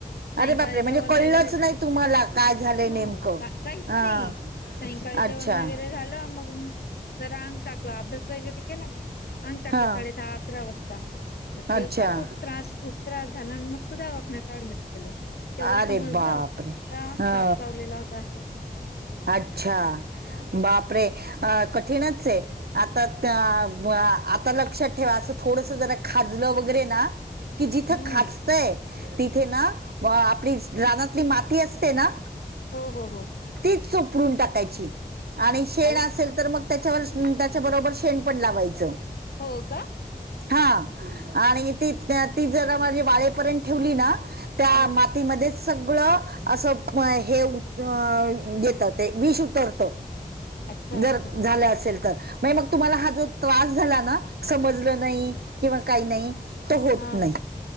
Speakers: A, on the left; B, on the right.
A: सायंकाळ
B: अरे बापरे
A: जेवण
B: म्हणजे कळलंच
A: वगैरे,
B: नाही तुम्हाला काय झालंय
A: हो,
B: नेमकं
A: का-काहीच
B: हा
A: नाही. सायंकाळी
B: अच्छा
A: जेवण वगैरे झालं मग जरा अंग टाकला, अभ्यास वगैरे केला. अंग टाकलं
B: हा
A: साडे दहा, अकरा वाजता, मग तेव्हा
B: अच्छा
A: तो त्रास खूप त्रास झाला, आणि मग दवाखण्या अऍडमिट केलं, तेव्हा
B: अरे
A: समजलं
B: बापरे
A: का
B: हा
A: साफ चावलेला होता असं.
B: अच्छा. बापरे, कठीणच आहे, आता-आता लक्षात अस थोड ज खाज वगैरे की जिथं
A: हम्म
B: खा तय तिथे ना आपली रानातली माती असते ना
A: हो-हो-हो
B: तीच चोपडून टाकायची, आणि शेण
A: अहो
B: असेल तर मग त्याच्यावर, त्याच्याबरोबर शेण पण लावायचं.
A: हो का.
B: हा आणि ती-ती जरा माझी बाळेपर्यंत ठेवली ना त्या
A: हा
B: मातीमध्येच सगळं असं, हे अ घेत ते विष उतरत,
A: अच्छा अच्छा
B: जर झालं असेल तर. नाही मग तुम्हाला हा जो त्रास झाला ना, समजलं नाही किंवा काही नाही तो होत
A: हा
B: नाही,